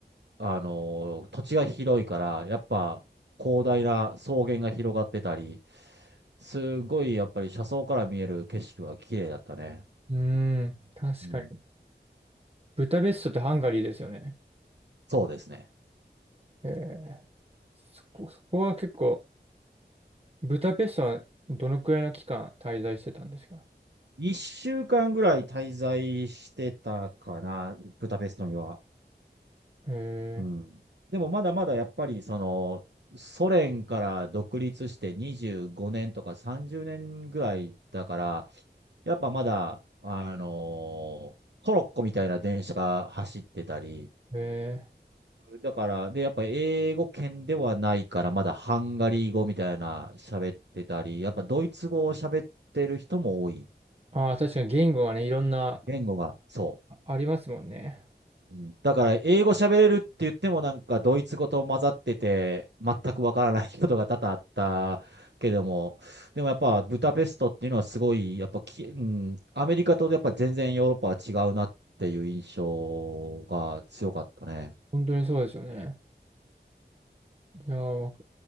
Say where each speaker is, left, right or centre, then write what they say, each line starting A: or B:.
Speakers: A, on the right; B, on the right.
A: あのー土地が広いから、やっぱ広大な草原が広がってたり、すごいやっぱり車窓から見える景色は綺麗だったね。
B: うーん、確かに。
A: うん。
B: ブタペストってハンガリーですよね。
A: そうですね。
B: えー、そこ、そこは結構、ブタペストはどのくらいの期間滞在してたんですか
A: 一週間ぐらい滞在してたかな、ブダペストには。
B: え
A: うん。でもまだまだやっぱりその、ソ連から独立して25年とか30年ぐらいだから、やっぱまだ、あのトロッコみたいな電車が走ってたり、
B: ー、え
A: だから、で、やっぱ英語圏ではないから、まだハンガリー語みたいな喋ってたり、やっぱドイツ語を喋ってる人も多い。
B: ー、ああ、確かに言語がね、いろんな
A: 言語が、そう。
B: ありますもんね。
A: うんだから、英語喋れるって言ってもなんか、ドイツ語と混ざってて、全くわからないことが多々あったけども、でもやっぱ、ブダペストっていうのはすごい、やっぱき、うん、アメリカとやっぱ全然ヨーロッパは違うなっていう印象が強かったね。
B: 本当にそうですよね。いやー、わか